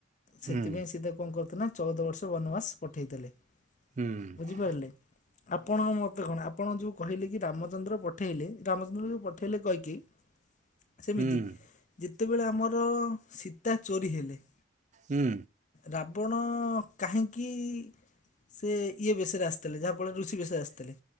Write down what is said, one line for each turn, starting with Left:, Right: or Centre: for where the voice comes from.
Left: ସେଥିପାଇଁ
Right: ହୁଁ ହୁଁ
Left: ସେତାକୁ କଣ କରିଥିଲେ ନା ଚଉଦ ବର୍ଷ ବନବାସ ପଠେଇଥିଲେ।
Right: ହୁଁ
Left: ବୁଝିପାରିଲେ? ଆପଣଙ୍କ ମ ତ କଣ ଆପଣ ଯୋଉ କହିଲେ କି ରାମଚନ୍ଦ୍ର ପଠେଇଲେ ରାମଚନ୍ଦ୍ର ଯୋଉ ପଠେଇଲେ କୈକେୟୀ ସେମିତି
Right: ହୁଁ
Left: ଯେତେବେଳେ ଆମର ସୀତା ଚୋରି ହେଲେ।
Right: ହୁଁ।
Left: ରାବଣ କାହିଁକି ସେ ଇଏ ବେଶରେ ଆସିଥିଲେ ଯାହାଫଳରେ ଋଷି ବେଶରେ ଆସିଥିଲେ।